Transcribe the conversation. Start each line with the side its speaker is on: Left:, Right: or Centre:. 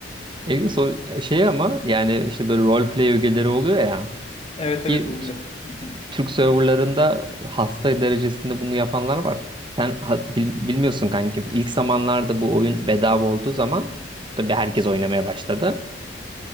Right: Egil, so- şey ama yani işte böyle role play ögeleri oluyor ya
Left: Evet
Right: ki
Left: evet oluyor.
Right: t-
Left: Hı hı.
Right: Türk serverlarında hasta derecesinde bunu yapanlar var. Sen ha- bil- bilmiyorsun kanki. İlk zamanlarda bu oyun bedava olduğu zaman tabii herkes oynamaya başladı.